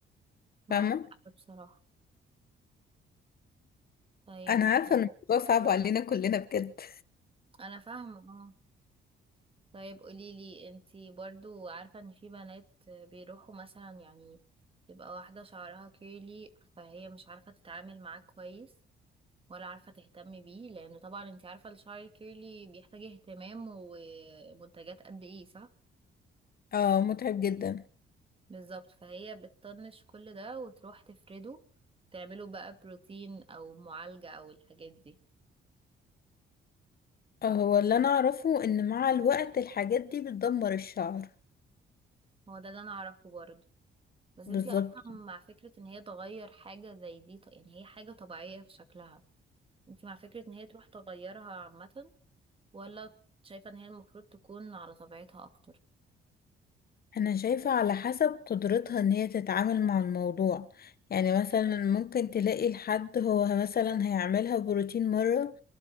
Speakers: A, on the right; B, on the left.
A: معاك
B: فاهمة
A: حق بصراحة طيب
B: أنا عارفة
A: قوليلي
B: إن الموضوع صعب علينا كلنا بجد
A: انا فاهمة اه طيب قوليلي انتي برضو عارفة ان في بنات بيروحوا مثلا يعني تبقى واحدة شعرها كيرلي فهي مش عارفة تتعامل معاه كويس ولا عارفة تهتمي بيه لأن طبعا انت عارفة الشعر الكيرلي بيحتاج اهتمام ومنتجات قد ايه صح؟
B: اه متعب جدا
A: بالظبط فهي بتطنش كل ده وتروح تفرده تعمله بقى بروتين أو معالجة أو الحاجات دي
B: آه، هو اللي أنا أعرفه إن مع الوقت الحاجات دي بتدمر الشعر
A: هو ده اللي أنا أعرفه برضه بس
B: بالظبط
A: انت أصلا مع فكرة ان هي تغير حاجة زي دي ط- يعني هي حاجة طبيعية في شكلها انت مع فكرة ان هي تروح تغيرها عامة ولا شايفة ان هي المفروض تكون على طبيعتها أكتر؟
B: انا شايفة على حسب قدرتها ان هي تتعامل مع الموضوع يعني مثلا ممكن تلاقي الحد هو مثلا هيعملها بروتين مرة